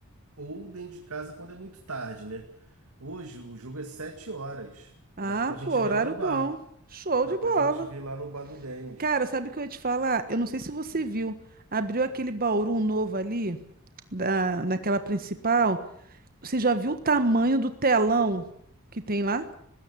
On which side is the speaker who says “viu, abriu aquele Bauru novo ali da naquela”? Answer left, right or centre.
Right